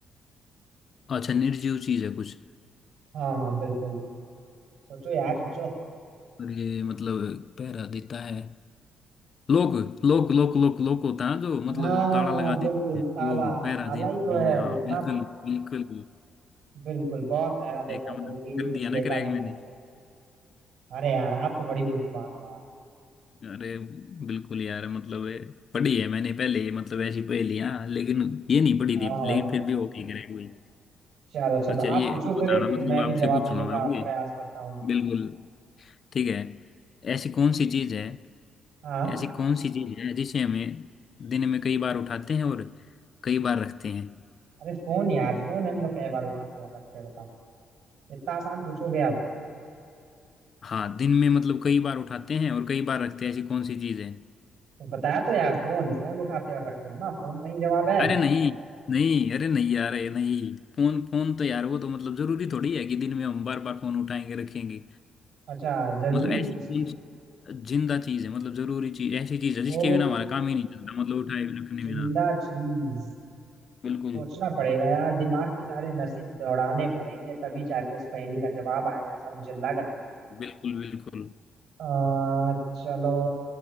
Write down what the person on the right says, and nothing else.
हाँ हाँ बिल्कुल सोचो यार सोचो
हाँ
बिल्कुल
ताला
ताला
ही
तो है
इतना
बिल्कुल बहुत पहरा देता
बल्कि
कुछ
लेता
भी नहीं
हमसे अरे यार आप तो बड़ी बुद्धिमान हो यार
हाँ
भाई
चलो चलो
आप पूछो फिर
एक
मैं भी
जवाब
देने का
प्रयास करता हूँ
हाँ
अरे फोन यार फोन हम लोग कई बार उठाते और रखते हैं बताओ इतना आसान पूछोगे अब
तो बताया तो यार फोन फोन उठाते और रखते हैं ना फोन सही जवाब है
अच्छा जरूरी
चीज
ओ
जिंदा
चीज
सोचना पड़ेगा यार दिमाग की सारे नसें दौड़ाने पड़ेंगे तभी जाके इस पहेली का जवाब आएगा ऐसा मुझे लग रहा है
आ, चलो